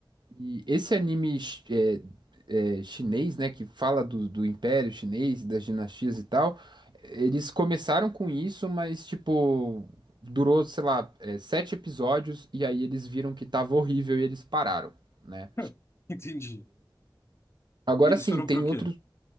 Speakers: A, on the right; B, on the left.
A: E esse anime chi- é, é, chinês, né, que fala do, do Império Chinês, das dinastias e tal, eles começaram com isso, mas, tipo, durou, sei lá, é, sete episódios e aí eles viram que tava horrível e eles pararam, né?
B: <laughs> Entendi.
A: Agora
B: Eles
A: sim,
B: foram
A: tem
B: pro quê?
A: outros.